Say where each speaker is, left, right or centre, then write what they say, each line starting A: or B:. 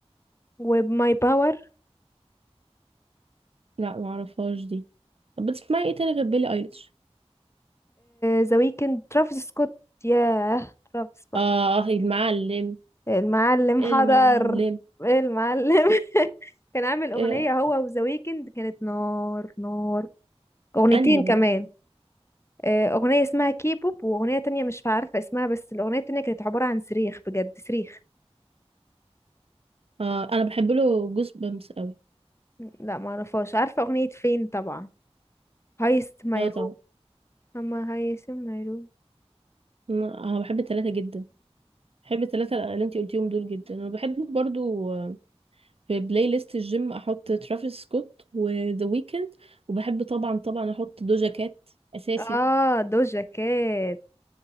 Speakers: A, on the left (about 25°); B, on the right (about 60°).
A: و my power
B: لا ما اعرفهاش دي طب بتسمعي ايه تاني غير بيلي ايليش
A: ذا ويكند ترافيس سكوت ياه ترافيس بقى
B: اه آه، المعلم
A: المعلم
B: المعلم
A: حضر ايه المعلم <laughs> كان عامل أغنية
B: آه
A: هو وذا ويكند كانت نار نار أغنيتين
B: انهي دي
A: كمان آه، اغنيه اسمها كيبوب واغنيه تانية مش عارفه اسمها بس الاغنيه التانية كانت عباره عن صريخ بجد صريخ
B: اه انا بحب له جوز بامس قوي
A: لا ما اعرفهاش عارفه اغنيه فين طبعا هايست مايروم
B: اه طبعا
A: اما هايست مايروم
B: انا بحب التلاتة جدا بحب الثلاثة اللي انتي قلتيهم دول جدا انا بحب برضو آه، في بلاي ليست الجيم احط ترافيس سكوت وذا ويكند وبحب طبعا طبعا احط دوجا كات اساسي
A: اه دوجا كات